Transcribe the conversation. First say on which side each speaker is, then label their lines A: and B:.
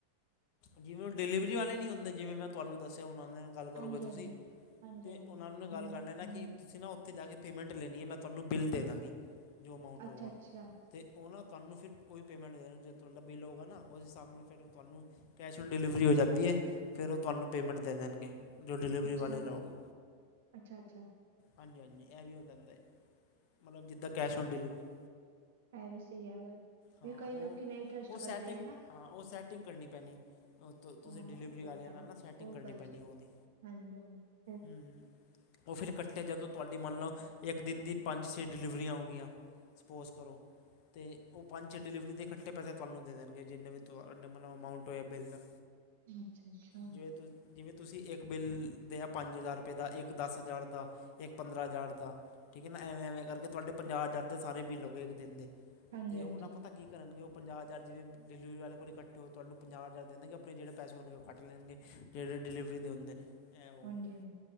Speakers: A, on the left (about 45°); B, on the right (about 55°).
A: ਜਿਵੇਂ ਓ ਡਿਲੀਵਰੀ ਵਾਲੇ ਨਈ ਹੁੰਦੇ ਜਿਵੇਂ ਮੈਂ ਤੁਆਨੂੰ ਦੱਸੇਆ ਹਣ ਆਂਦੇ ਆ ਗੱਲ ਕਰੋਗੇ
B: ਹਾਂਜੀ-ਹਾਂਜੀ,
A: ਤੁਸੀਂ,
B: ਹਾਂਜੀ-ਹਾਂਜੀ,
A: ਤੇ ਓਨਾਂ ਨੂੰ ਗੱਲ ਕਰ ਲੈਂ ਨਾ ਕਿ ਤੁਸੀਂ ਨਾ ਓੱਥੇ ਜਾ ਕੇ ਪੇਮੈਂਟ ਲੇਣੀ ਏ ਮੈ ਤੁਆੰਨੂ ਬਿੱਲ ਦੇ ਦਾਂਗੀ ਜੋ ਅਮਾਊਂਟ
B: ਅੱਛਾ-ਅੱਛਾ,
A: ਹੋਊਗਾ। ਤੇ ਓ ਨਾ ਤੁਆਨੂੰ ਫਿਰ ਓਹੀ ਪੇਮੈਂਟ ਦੇਗਾ ਜੋ ਤੁਆਡਾ ਬਿੱਲ ਹੋਊਗਾ ਨਾ, ਉਸ ਹਿਸਾਬ ਨਾਲ ਫਿਰ ਓ ਤੁਆੰਨੂ ਤੁਆੰਨੂ ਕੈਸ਼ ਔਨ ਡਿਲੀਵਰੀ ਹੋ ਜਾਂਦੀ ਏ, ਫੇਰ ਓ ਤੁਆੰਨੂੰ ਪੇਮੈਂਟ ਦੇ ਦੇਣਗੇ। ਜੋ ਡਿਲੀਵਰੀ
B: ਅੱਛਾ,
A: ਵਾਲੇ ਲਓਗੇ।
B: ਅੱਛਾ-ਅੱਛਾ।
A: ਹਾਂਜੀ ਹਾਂਜੀ ਏ ਵੀ ਹੋ ਜਾਂਦਾ ਏ, ਮਤਲਬ ਜਿੱਦਾਂ ਕੈਸ਼ ਔਨ ਡਿਲੀਵਰੀ।
B: ਏ ਵੀ ਸਈ ਹੈਗਾ
A: ਹਾਂ
B: ਵੀ ਕਈ
A: ਉਹ
B: ਲੋਕੀ ਨਈ ਟਰਸਟ
A: ਉਹ ਸੈਟਿੰਗ
B: ਕਰਦੇ ਹਨਾ?
A: ਹਾਂ ਓ ਸੈਟਿੰਗ ਕਰਨੀ ਪੈਣੀ। ਤੁਸੀਂ
B: ਹਾਂ
A: ਡਿਲੀਵਰੀ
B: ਉਹ
A: ਵਾਲੇਆਂ
B: ਤਾਂ
A: ਨਾਲ ਨਾ ਸੈਟਿੰਗ
B: ਉਹ
A: ਕਰਨੀ
B: ਗੱਲ
A: ਪੈਣੀ ਓਦੀ
B: ਹਾਂਜੀ-ਹਾਂਜੀ,
A: ਹੂੰ, ਹੂੰ ਓ ਫਿਰ ਕੱਠੇ ਜਦੋਂ ਤੁਹਾਡੀ ਮੰਨ ਲਓ ਇੱਕ ਦਿਨ ਦੀ ਪੰਜ ਛੇ ਡਿਲੀਵਰੀਆਂ ਹੋਗੀਆਂ ਸਪੋਸ ਕਰੋ ਤੇ ਓ ਪੰਜ ਛੇ ਡਿਲੀਵਰੀ ਦੇ ਇਕੱਠੇ ਪੈਸੇ ਤੁਆਨੂੰ ਦੇ ਦੇਣਗੇ ਜਿੰਨੇ ਵੀ ਤੁਹਾਡ ਮਤਲਬ ਅਮਾਊਟ ਹੋਇਆ ਬਿੱਲ ਦਾ
B: ਅੱਛਾ-ਅੱਛਾ,
A: ਜੇ ਤੂੰ ਜਿਵੇਂ ਤੁਸੀਂ ਇੱਕ ਬਿੱਲ ਦੇ ਆ ਪੰਜ ਹਜ਼ਾਰ ਰੁਪਏ ਦਾ ਇੱਕ ਦਸ ਹਜ਼ਾਰ ਦਾ ਇੱਕ ਪੰਦਰਾਂ ਹਜ਼ਾਰ ਦਾ ਠੀਕ ਹੈ ਨਾ ਐਵੇਂ, ਐਵੇਂ ਕਰਕੇ ਤੁਹਾਡੇ ਪੰਜਾਹ ਹਜ਼ਾਰ ਦੇ ਸਾਰੇ ਬਿੱਲ ਹੋ ਗੇ ਇੱਕ ਦਿਨ ਦੇ।
B: ਹਾਂਜੀ-ਹਾਂਜੀ।
A: ਤੇ ਉਹਨਾਂ ਪਤੈ ਕੀ ਕਰਨਗੇ ਉਹ ਪੰਜਾਹ ਹਜ਼ਾਰ ਜਿਵੇਂ ਡਿਵਰੀ ਵਾਲੇ ਕੋਲ ਇਕੱਠੇ ਹੋ ਤੁਹਾਨੂੰ ਪੰਜਾਹ ਹਜ਼ਾਰ ਦੇਣਗੇ ਆਪਣੇ ਜਿਹੜੇ ਪੈਸੇ ਹੋਣਗੇ ਉਹ ਕੱਟ ਲੈਣਗੇ। ਜਿਹੜੇ ਡਿਲੀਵਰੀ ਦੇ ਹੁੰਦੇ ਨੇ। ਐ ਹੋਊਗਾ
B: ਹਾਂਜੀ ਹਾਂਜੀ